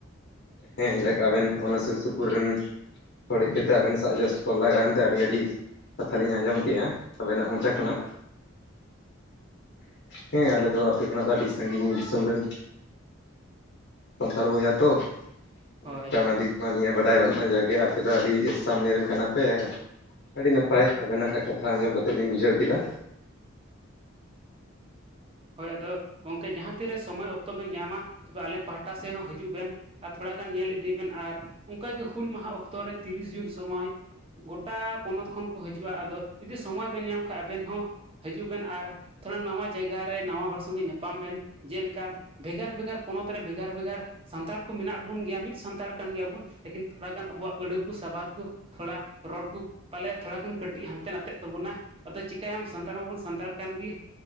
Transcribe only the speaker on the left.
ᱦᱮᱸ ᱡᱟᱠ ᱟᱵᱮᱱ ᱚᱱᱟ ᱥᱩᱨ ᱥᱩᱯᱩᱨ ᱨᱮᱱ <unintelligible> ᱟᱵᱮᱱ ᱫᱟᱜ ᱡᱟᱥᱴ ᱞᱟᱜᱟᱣᱮᱱ ᱛᱮ ᱟᱹᱰᱤ ᱟᱹᱰᱤ ᱠᱟᱛᱷᱟ ᱞᱤᱧ ᱟᱸᱡᱚᱢ ᱠᱮᱜᱼᱟ ᱟᱵᱮᱱᱟᱜ ᱢᱚᱪᱟ
ᱠᱷᱚᱱᱟᱜ᱾ ᱦᱮᱸ ᱟᱞᱮ ᱫᱚ ᱟᱯᱮ ᱠᱷᱚᱱᱟᱜ ᱫᱚ ᱟᱹᱰᱤ ᱥᱟᱺᱜᱤᱧ ᱫᱤᱥᱚᱢ ᱨᱮᱱ ᱥᱟᱱᱛᱟᱲ ᱵᱚᱭᱦᱟ ᱛᱚ, ᱩᱱᱟᱹᱜ
ᱮᱠᱴᱟ ᱚᱱᱟ ᱫᱤᱠ ᱚᱱᱟ ᱱᱤᱭᱮ ᱵᱟᱰᱟᱭ ᱵᱟᱹᱱᱩᱜᱼᱟ, ᱡᱟᱜᱮ ᱟᱯᱮ ᱫᱚ ᱟᱹᱰᱤ ᱥᱟᱢᱱᱮ ᱨᱮᱱ ᱠᱟᱱᱟ ᱯᱮ ᱟᱹᱰᱤ ᱱᱟ ᱯᱟᱭ ᱟᱵᱤᱱᱟᱜ ᱠᱟᱛᱷᱟ ᱟᱸᱡᱚᱢ ᱠᱟᱛᱮᱫ ᱞᱤᱧ ᱵᱩᱡᱷᱟᱹᱣ ᱠᱮᱫᱟ᱾